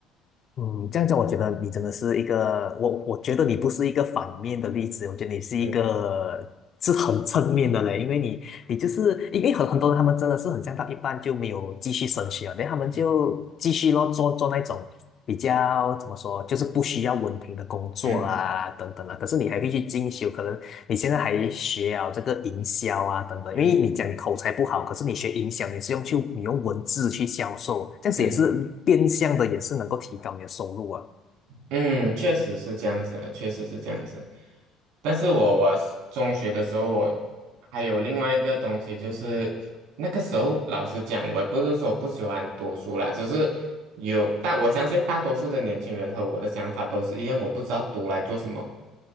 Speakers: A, on the left; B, on the right.
A: 嗯，这样讲，我觉得你真的是一个，我我觉得你不是一个反面的例子，我觉得你是一个是很正面的人，
B: 嗯
A: 因为你你就是因为很很多人他们真的是很像到一半就没有继续升学了，然后他们就继续咯做做那种。
B: 嗯
A: 比较怎么说，就是不需要文凭的工作啊，
B: 嗯
A: 等等啊。可是你还可以去进修，可能你现在还学啊这个营销啊，等等啊。
B: 嗯
A: 因为你讲你口才不好，可是你学营销，你是用去你用文字去销售，这样子也是变相的，
B: 嗯。
A: 也是能够提高你的收入啊。
B: 嗯，确实是这样子的，确实是这样子。但是我我是中学的时候，我还有另外一个东西，就是那个时候老师讲，我也不是说不喜欢读书啦，只是有，但我相信大多数的年轻人和我的想法都是一样，我不知道读来做什么，